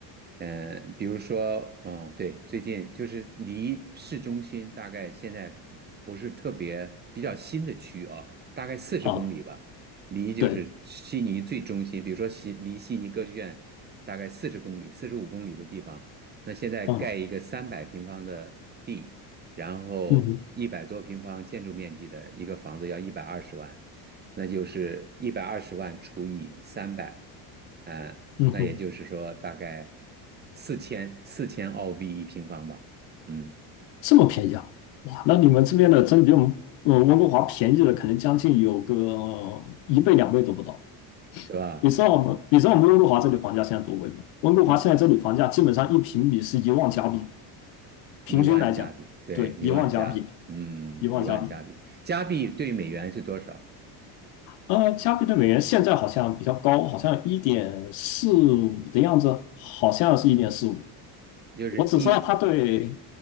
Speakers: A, on the right; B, on the left.
A: 嗯，比如说，哦，对，最近就是离市中心大概现在不是特别比较新的区啊，大概四十公里吧，
B: 啊、
A: 离就是悉尼最中心，
B: 对，
A: 比如说悉离悉尼歌剧院大概四十公里、四十五公里的地方，那现在盖一个三百平方的地，
B: 嗯
A: 然后一百多平方建筑面积的一个房子要一百二十万。
B: 嗯哼
A: 那就是一百二十万除以三百，啊，
B: 嗯哼。
A: 那也就是说大概四千四千澳币一平方吧，嗯，
B: 这么便宜啊？哇，那你们这边的真的比我们呃温哥华便宜了，可能将近有个一倍两倍都不到。
A: 是吧？
B: 你知道我们，你知道我们温哥华这里房价现在多贵吗？温哥华现在这里房价基本上一平米是一万加币，
A: 一
B: 平均来讲，
A: 一万加币，对，
B: 对，
A: 一万加，
B: 一万加币，
A: 嗯，
B: 一万加币。
A: 一万加币，加币对美元是多少？
B: 呃，加币对美元现在好像比较高，好像一点四五的样子，好像是一点四五。
A: 就是一
B: 我只知道它对